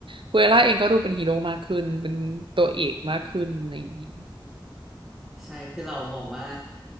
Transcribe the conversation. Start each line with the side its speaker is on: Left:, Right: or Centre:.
Right: คุเอล่าเองก็ดูเป็นฮีโร่มากขึ้นเป็นตัวเอกมากขึ้นในี้
Centre: ใช่คือเรามองว่า